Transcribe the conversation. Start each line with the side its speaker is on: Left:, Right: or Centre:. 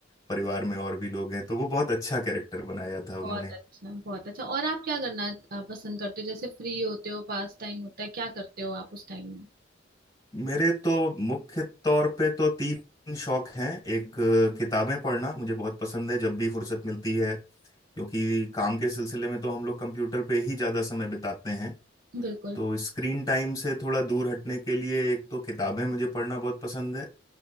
Left: परिवार में और भी लोग हैं तो वो बहुत अच्छा कैरेक्टर बनाया था उन्होंने
Right: बहुत अच्छा बहुत अच्छा और आप क्या करना अ, पसंद करते हो जैसे फ्री होते हो पास टाइम होता है क्या करते हो आप उस टाइम में
Left: मेरे तो मुख्य तौर पे तो तीन शौक हैं एक अ, किताबें पढ़ना मुझे बहुत पसंद है जब भी फुर्सत मिलती है क्योंकि काम के सिलसिले में तो हम लोग कंप्यूटर पे ही ज़्यादा समय बिताते हैं
Right: बिल्कुल
Left: तो स्क्रीन टाइम से थोड़ा दूर हटने के लिए एक तो किताबें मुझे पढ़ना बहुत पसंद है